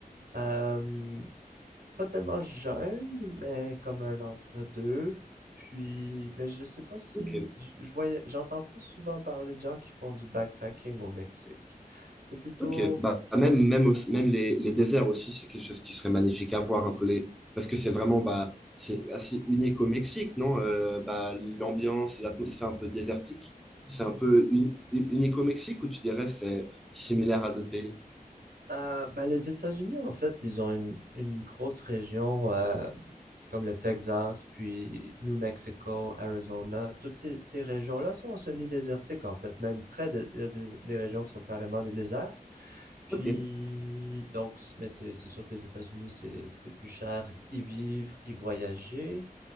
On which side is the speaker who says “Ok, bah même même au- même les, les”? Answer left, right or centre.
Centre